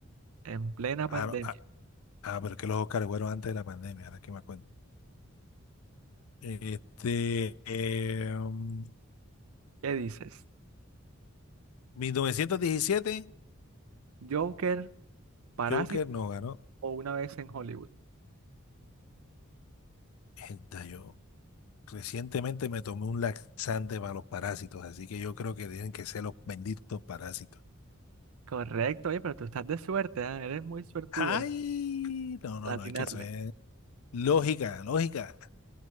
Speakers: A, on the right (about 80°); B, on the left (about 85°).
A: en plena
B: Ah,
A: pandemia.
B: ah, ah, pero es que los Oscars fueron antes de la pandemia, ahora que me acuerdo. Este, eh, um,
A: ¿Qué dices?
B: 1917,
A: ¿Joker, Parásito
B: Joker no ganó.
A: o Una vez en Hollywood?
B: Esta yo recientemente me tomé un laxante para los parásitos, así que yo creo que tienen que ser los benditos parásitos.
A: Correcto, oye, pero tú estás de suerte, ¿ah? Eres muy suertudo
B: Ay, no, no,
A: al atinarle.
B: no, es que eso es. Lógica, lógica.